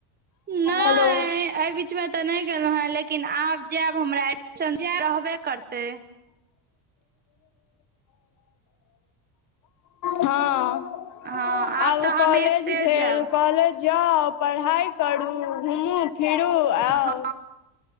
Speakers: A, on the right (about 20°); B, on the left (about 40°).
A: नैय
B: हेलो
A: एहि बीचमे तऽ नहि गेलहुँ हेँ लेकिन आब जायब हमरा एडमिशन जा रहबे करतै
B: हँ
A: हँ
B: आब
A: तऽ
B: कॉलेज
A: हमेशे
B: भेल
A: जायब
B: कॉलेज जाउ पढ़ाइ करू घुमू फिरू आउ
A: हँ